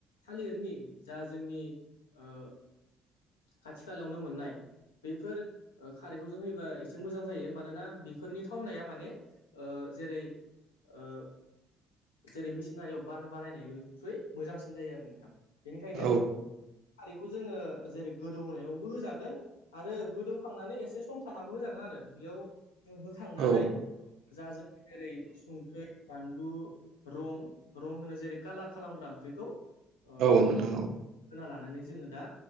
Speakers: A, on the left (about 90°); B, on the right (about 65°).
A: थालिरनि जा जोंनि ओ खाथि खालायावनो मोननाय बेफोर खारैखौ जों होयोबा एसे मोजां जायो मानोना बेफोरनि थावनाया माने ओ जेरै ओ जेरै मिसिनारियाव बान-बानायनायनिख्रुइ मोजांसिन जायो आरो नोंथां। बेनिखायनो
B: औ
A: खारैखौ जोंङो जेरै गोदौनायावबो होजागोन आरो गोदौखांनानै एसे सम थानाबो होजागोन आरो बेयाव होखांनानै
B: औ
A: जा जों जेरै संख्रै बानलु रं रं होनो जेरै कालार खालामग्रा ओंख्रिखौ ओ
B: औ नोंथां औ
A: होना लानानै जोङो दा